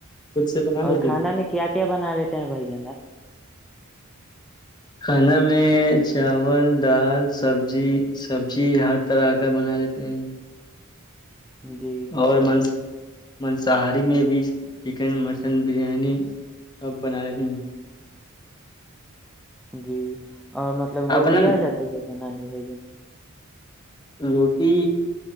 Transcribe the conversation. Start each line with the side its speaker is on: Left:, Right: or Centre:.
Left: خود سے بنا لیتے
Centre: اور کھانا
Left: ہیں
Centre: میں کیا کیا بنا لیتے کیا بھائی جانب
Left: کھانا میں چاول دال سبزی سبزی ہر طرح کا بنا لیتے ہیں
Centre: جی
Left: اور من <unintelligible> مانساہاری میں بھی چکن مٹن بریانی اب بنا لیتے ہیں
Centre: جی اور مطلب روٹی
Left: آپ بنا لیتے؟
Centre: آ جاتی ہے نانی بھ جان <unintelligible>
Left: روٹی